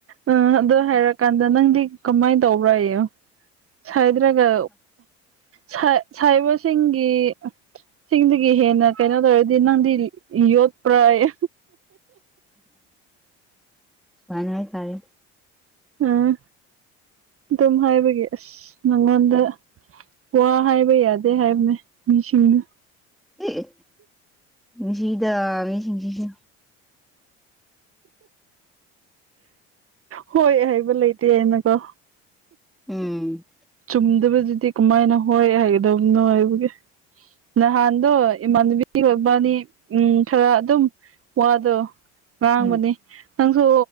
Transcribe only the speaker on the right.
ꯑ ꯑꯗꯨ ꯍꯥꯏꯔꯀꯥꯟꯗ ꯅꯪꯗꯤ ꯀꯃꯥꯏꯅ ꯇꯧꯕ꯭ꯔꯥ ꯌꯣ ꯁꯥꯏꯗ꯭ꯔꯥꯒ ꯁꯥꯏ ꯁꯥꯏꯕꯁꯤꯡꯒꯤ ꯆꯤꯡꯗꯒꯤ ꯍꯦꯟꯅ ꯀꯩꯅꯣ ꯇꯧꯔꯗꯤ ꯅꯪꯗꯤ ꯌꯣꯠꯄ꯭ꯔꯥꯌꯦ
ꯎꯝ ꯑꯗꯨꯝ ꯍꯥꯏꯕꯒꯤ ꯑꯁ ꯅꯪꯉꯣꯟꯗ ꯋꯥ ꯍꯥꯏꯕ ꯌꯥꯗꯦ ꯍꯥꯏꯕꯅꯦ ꯅꯤꯡꯁꯤꯡꯉꯨ
ꯍꯣꯏ ꯍꯥꯏꯕ ꯂꯩꯇꯦꯅꯀꯣ
ꯆꯨꯝꯗꯕꯗꯨꯗꯤ ꯀꯃꯥꯏꯅ ꯍꯣꯏ ꯍꯥꯏꯒꯗꯕꯅꯣ ꯍꯥꯏꯕꯒꯤ ꯅꯍꯥꯟꯗꯣ ꯏꯃꯥꯟꯅꯕꯤ ꯃꯕꯥꯟꯅꯤ ꯎꯝ ꯈꯔ ꯑꯗꯨꯝ ꯋꯥꯗꯣ ꯉꯥꯡꯕꯅꯤ
ꯅꯪꯁꯨ